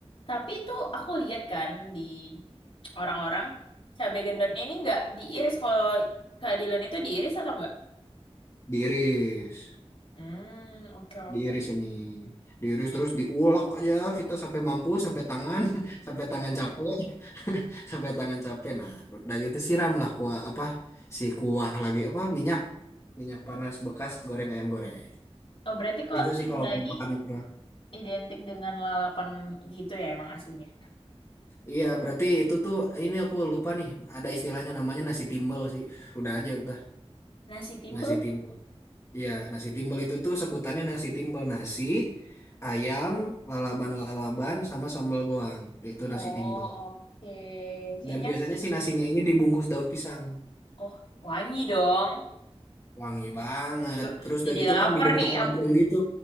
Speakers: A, on the left (about 60°); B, on the left (about 30°).
A: Tapi itu aku lihat kan di orang-orang cabai gendotnya ini nggak diiris. Kalau keadilan itu diiris atau nggak?
B: Diiris,
A: Hmm, oke oke.
B: diiris ini, diiris terus diulek aja kita sampai mampu sampai tangan <laughs> sampai tangan capek <laughs> sampai tangan capek nah udah gitu siramlah kuah apa si kuah lagi apa minyak minyak panas bekas goreng ayam goreng
A: Oh berarti kok
B: itu sih
A: Sunda
B: kalau mau
A: ini
B: makanan berat
A: identik dengan lalapan gitu ya emang aslinya?
B: iya berarti itu tuh ini aku lupa nih ada istilahnya namanya nasi timbel sih udah aja udah
A: Nasi timbel?
B: nasi timbel iya nasi timbel itu tuh sebutannya nasi timbel nasi ayam lalaban-lalaban sama sambal goang itu
A: Oh
B: nasi timbel
A: oke. Kayaknya
B: dan biasanya sih nasinya ini dibungkus daun pisang
A: oh wangi dong.
B: wangi banget
A: Duh,
B: terus udah
A: jadi
B: gitu
A: lapar
B: kan dibentuk
A: nih.
B: lonjong gitu